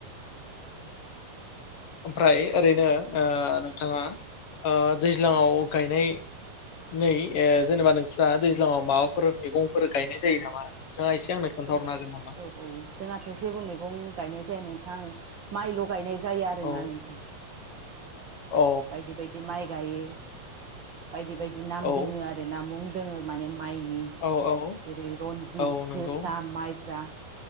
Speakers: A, on the left; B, on the right.
A: ओमफ्राय ओरैनो ओ नोंथाङा ओ दैज्लाङाव गायनाय नै ओ जेनेबा नोंस्रा दैज्लाङाव माबाफोर मैगंफोर गायनाय जायो नामा? नोंथाङा एसे आंनो खोन्थाहरनो
B: ओ
A: हागोन नामा?
B: औ औ जोंयाथ जेबो मैगं गायनाय जाया नो थां माइ ल गायनाय ज जायो आरोना
A: औ
B: नोंथां। <inaudible>
A: औ
B: बायदि बायदि माइ गायो बायदि बायदि नाम
A: औ
B: दोङो आरो ना मुं जोङो माने <unintelligible> माइनि
A: औ औ
B: जरै रनजित
A: औ नंगौ
B: जोसा माइब ब्रा।